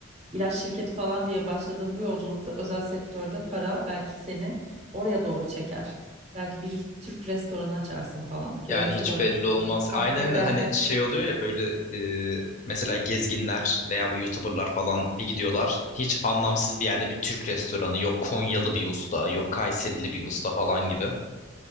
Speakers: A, on the right; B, on the left.
A: ilaç şirketi falan diye başladığım bu yolculukta özel sektörde para belki seni oraya doğru çeker. Belki bir Türk restoranı açarsın falan ki
B: Yani
A: öyle çok
B: hiç
A: örnek
B: belli olmaz.
A: var.
B: Aynen
A: Ben buna
B: aynen
A: bir değer
B: hani şey oluyor ya böyle e, mesela gezginler veya bu YouTuber'lar falan bir gidiyorlar.
A: verdim.
B: Hiç anlamsız bir yerde bir Türk restoranı yok Konyalı bir usta yok Kayserili bir usta falan gibi.